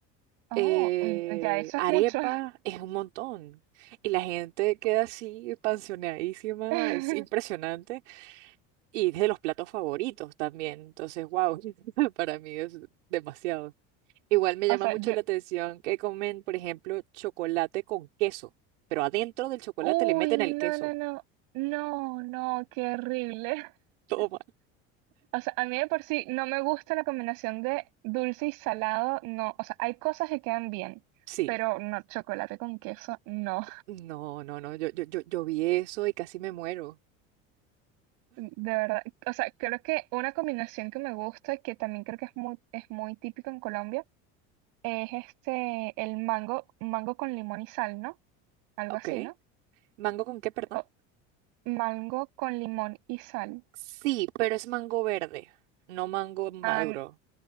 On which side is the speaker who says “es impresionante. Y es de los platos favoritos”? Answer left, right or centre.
Right